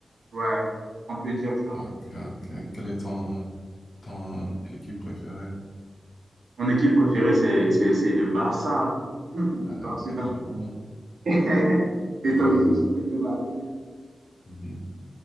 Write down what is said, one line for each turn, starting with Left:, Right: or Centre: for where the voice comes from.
Right: Ouais, on peut dire ça.
Left: Ah, que- que- quelle est ton, ton équipe préférée?
Right: Mon équipe préférée, c'est, c'est, c'est le Barça. <laughs> Le
Left: Euh,
Right: Barça.
Left: le Barcelone.
Right: <laughs> Et toi,
Left: Euh,
Right: je suis sûr que tu es madrilène.
Left: mhm.